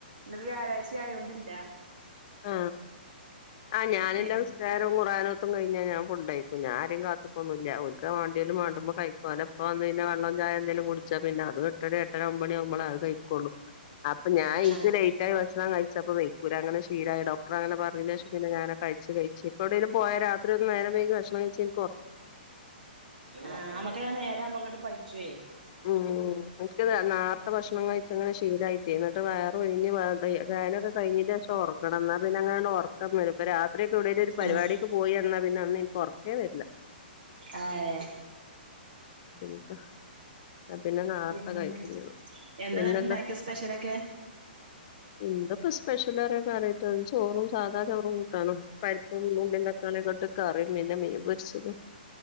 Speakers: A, on the right; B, on the left.
A: ന്നത് വ്യാഴാഴ്ച ആയതോണ്ടില്ല
B: ആ ആ ഞാനിന്റെ
A: പി
B: നിസ്കാരവും ഖുർആൻ നോത്തും കഴിഞ്ഞാ ഞാൻ ഫുഡ്‌ കഴിക്കും ഞാൻ ആരയും കാത്ത് നിക്ക് ഒന്നില്ല വേണ്ടുമ്പം കഴിക്കും ഇപ്പ വന്ന് കഴിയുമ്പോ വെള്ളം ചായ എന്തേലും കുടിച്ച പിന്ന അതും എട്ടര എട്ടര ഒൻപത് കഴിക്കുള്ളു അപ്പ ഞൻ എനിക്ക്
A: ആഹ്
B: ലേറ്റ് ആയി ഭക്ഷണം കഴിച്ചപ്പോ ദഹിക്കൂല തീരായി ഡോക്ടർ അങ്ങനെ പറഞ്ഞ ശേഷം പിന്നെ ഞാനെ കഴിച്ച് കഴിച്ച് ഇപ്പ എവിടേലും പോയാ രാത്രി ഒന്ന് നേരം വൈകി ഭക്ഷണം കഴ
A: ആ മ്മക്ക് ഞാൻ നേരവുമ്പോ അങ്ങോട്ട് പഠിച്ചുവേ
B: ഉം നേർത്തെ ഭക്ഷണം കഴിച്ചങ്ങനെ ശീലായിട്ട് എന്നിട്ട് വേറെ ഴിഞ് നൊക്കെഴിഞ്ഞട്ട് ശം ഉറക്കണം എന്നാ പിന്നെ അങ്ങന ഉറക്കം വരും ഇപ്പൊ രാത്രി ഒക്കെ എവിടേലും പരിപാടി പരിപാടിക്ക്
A: ആഹ്
B: പോയി വന്നാ പിന്നെ അന്ന് എനിക്ക് ഉറക്കേ വരില്ല
A: ആ
B: പിന്നപ്പ ആ പിന്നെ നാർത്ത
A: പിന്നെ
B: കഴിക്കുന്നത്
A: എന്താന്നട്ട്
B: പിന്നെന്താ
A: ഇണ്ടാക്കിയെ സ്പെഷ്യലൊക്കെ
B: എന്ത പ്രശ്ന സ്പെഷ്യൽ കറിയിട്ട ചോറും സാധാ ചോറും കൂട്ടാനും പരിപ്പും ഉള്ളിയും തക്കാളിയെക്കോട്ട് കറി പിന്ന മീൻ പൊരിച്ചതും